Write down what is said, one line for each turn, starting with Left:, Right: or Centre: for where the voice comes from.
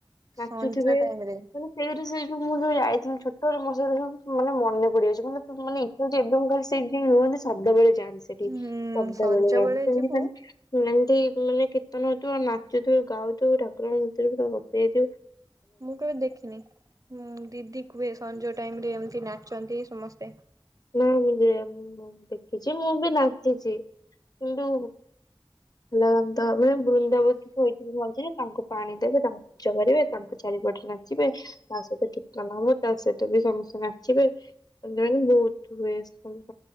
Left: ନାଚୁଥିବେ
Right: ସଞ୍ଜ ଟାଇମ ରେ
Left: ସେଇ ସେ ଯୋଉ ମୁଁ ଯୋଉ ଯାଇ <unintelligible> ମ ମାନେ ମନେ ପାଉଛି ମାନେ ମାନେ ଇଛାଛି ସେୁ ଶବ୍ଦବେେଳେ ଆନ୍ତି ସେଠି
Right: ହୁଁ
Left: ଶବ୍ଦ ବଳେ
Right: ସଞ୍ଜ
Left: ଯାନ୍ତି
Right: ବେଳେ ଯିବୁ
Left: ସେମତି ଏମତି େ କୀର୍ତନ ହଉଥିବ ଆଉ ନାଚୁଥିବ ଗାଉଥିବ ଠାରଣୁ ପୁରା ରେଇଇଥିବୁ।
Right: ମୁଁ କେବେ ଦେଖିନିଁ ଦିଦି କୁହେ ସଞ୍ଜ ଟାଇମ ରେ ଏମତି ନାଚନ୍ତି ସମସ୍ତେ
Left: ନାାଇଁ ମୁଁ ଦେଖିଛି ମୁଁ ବି ଲାଗିଛି କିନ୍ତୁ। ହେଲା ଆେ ବୃନ୍ଦାବ କିଛି ଭ ତାଙ୍କୁ ପାଣି ଦେବେ ତାଙ୍କୁ ପୂଜା କରିବେ ତାଙ୍କୁ ଚାରିପଟେ ନାଚିବେ ତା ସହିତ କୀର୍ତନାବ ତା ସହିତ ବି ସଙ୍ଗେ ସଙ୍ଗେ ଆସିବୋନ ବହୁ। ୁଏ ଆସ